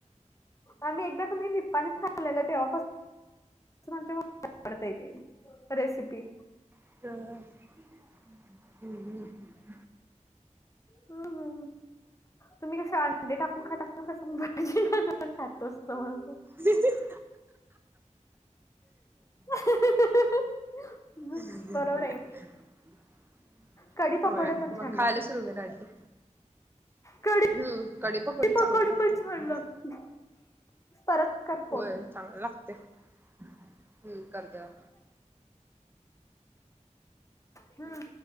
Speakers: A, on the left; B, on the right.
A: आम्ही एकदा कोणी नि पप्पा खाल्लेलं तेव्हापासून आवडता <inaudible> येते रेसिपी.
B: तर हु ह्.
A: ह, ह, तुम्ही कसे अंडे टाकून खाताना तसं भाजी खातो ना मंग
B: बस <unintelligible>
A: <unintelligible>
B: हम ह
A: बरोबर आहे
B: <inaudible>
A: कढी पकोडे
B: होय
A: पण
B: मगं
A: छान
B: खायला
A: लागते.
B: सुरू केला अंडे.
A: कढी
B: हम्म कडी पकडी चांगली
A: पकोडे
B: लागतातं.
A: पण छान लागते. परत कर फोन
B: होय चांगलं लागते हु करतंय.
A: हम,